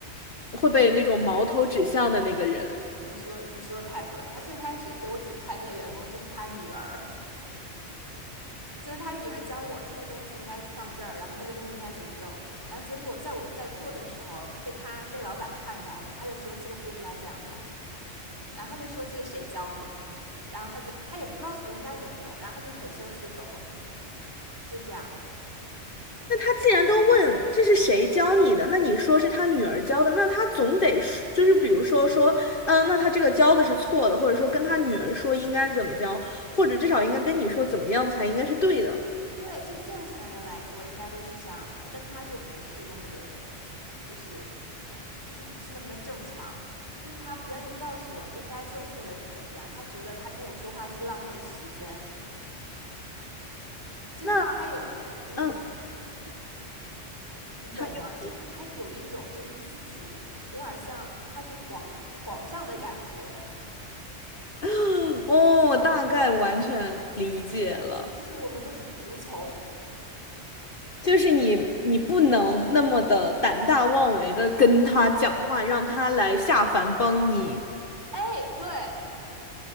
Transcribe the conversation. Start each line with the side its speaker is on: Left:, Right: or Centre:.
Left: 会被那种矛头指向的那个人。
Right: 你说你说的太对了，他最开始给我指派那个员工就是他女儿。就是他女儿教我这个东西应该放这儿，然后那个东西应该怎么弄，然后结果在我在做的时候被他被老板看到了，他就说这个不应该这样弄，然后他就说这是谁教你的，然后他就他也不告诉我应该怎么弄，然后他就很生气的走了，就这样。
Left: 那他既然都问这是谁教你的，那你说是他女儿教的，那他总得说就是比如说说，嗯，那他这个教的是错的，或者说跟他女儿说应该怎么教，或者至少应该跟你说怎么样才应该是对的。
Right: 对，就是正常人来说应该都是这样的，但他就不是那么的，就是嗯 <laughs> 就是不是那么的正常，就是他不愿意告诉我应该正确的是怎么样，他觉得他跟我说话是浪费时间，就是他有嗯。
Left: 那嗯。
Right: 你懂吗？
Left: 他又。
Right: 就是他有一种就是自己有点像他是皇皇上的感觉，
Left: <laughs> 哦，我大概完全理解了，
Right: 就是我们都是仆从。
Left: 就是你你不能那么的胆大妄为的跟他讲话，让他来下凡帮你。
Right: 哎，对，